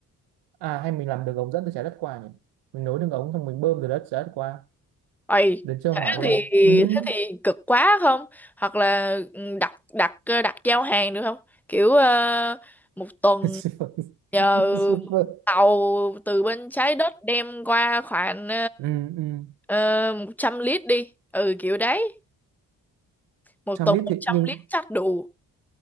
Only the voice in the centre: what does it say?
Ây,
thế
thì
thế thì cực quá không hoặc là ừ, đặt đặt ờ, đặt giao hàng được không kiểu ờ, một tuần
nhờ
tàu từ bên trái đất đem qua khoảng
uh, 100 lít đi ừ kiểu đấy một
tuần
một
trăm
lít chắc đủ